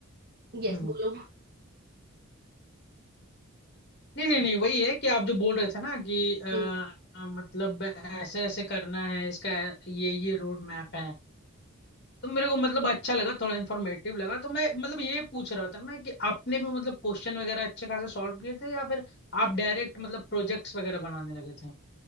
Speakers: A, on the right; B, on the left.
A: यस
B: हम्म।
A: बोलो
B: नहीं नहीं नहीं वही है कि आप जो बोल रहे थे ना कि आ,
A: हम्म।
B: मतलब ऐसे ऐसे करना है इसका ये ये रोड मैप है तो मेरे को मतलब अच्छा लगा थोड़ा इंफॉर्मेटिव लगा तो मैं मतलब ये पूछ रहा था मैं कि आपने भी मतलब क्वेश्चन वगैरह अच्छे खासे सॉल्व किए थे या फिर आप डायरेक्ट मतलब प्रोजेक्ट्स वगैरह बनाने लगे थे